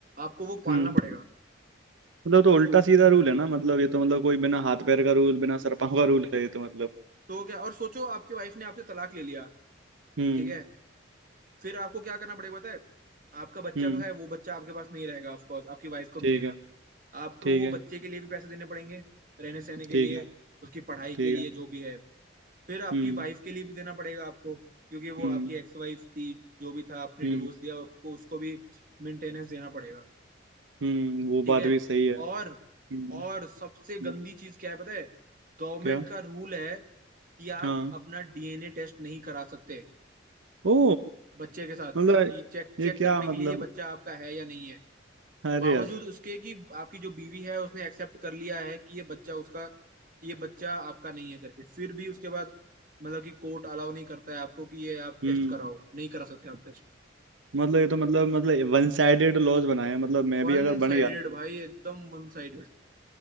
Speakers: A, on the right (about 45°); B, on the right (about 85°).
A: आपको वो पालना
B: हम्म
A: पड़ेगा
B: मतलब तो उल्टा सीधा रूल है ना मतलब ये तो मतलब कोई बिना हाथ पैर का रूल बिना सर पाँव का रूल है ये तो मतलब
A: तो क्या और सोचो आपकी वाइफ ने आपसे तलाक ले लिया
B: हम्म
A: ठीक है फिर आपको क्या करना पड़ेगा पता है आपका बच्चा
B: हम्म
A: तो है वो बच्चा आपके पास नहीं रहेगा ऑफ कोर्स आपकी वाइफ को मिलेगा
B: ठीक है
A: आपको
B: ठीक
A: वो
B: है
A: बच्चे के लिए भी पैसे देने पड़ेंगे रहने सहने के
B: ठीक
A: लिए
B: है
A: उसकी पढ़ाई
B: ठीक
A: के लिए
B: है
A: जो भी है फिर आपकी
B: हम्म
A: वाइफ के लिए भी देना पड़ेगा आपको क्योंकि वो
B: हम्म
A: आपकी एक्स वाइफ थी जो भी था आपने
B: हम्म
A: डिवोर्स लिया आपको उसको भी मेंटेनेंस देना पड़ेगा
B: हम्म वो
A: ठीक
B: बात
A: है
B: भी सही है
A: और
B: हम्म
A: और सबसे गंदी
B: हम्म,
A: चीज क्या है पता है गवर्नमेंट
B: क्या
A: का रूल है कि आप
B: हाँ
A: अपना डीएनए टेस्ट नहीं करा सकते
B: ओ
A: बच्चे के साथ
B: मतलब
A: कि चेक
B: ये
A: चेक
B: क्या
A: करने
B: मतलब
A: के लिए ये बच्चा आपका है या नहीं है
B: अरे
A: बावजूद
B: यार
A: उसके कि आपकी जो बीवी है उसने एक्सेप्ट कर लिया है कि ये बच्चा उसका ये बच्चा आपका नहीं है करके फिर भी उसके बाद मतलब कि कोर्ट अलाउ नहीं करता है आपको कि ये आप टेस्ट
B: हम्म
A: कराओ नहीं करा सकते आप टेस्ट
B: मतलब ये तो मतलब मतलब वन साइडेड लॉज बनाए हैं मतलब मैं
A: वन
B: भी अगर बन
A: साइडेड
B: गया ना तो
A: भाई एकदम वन साइडेड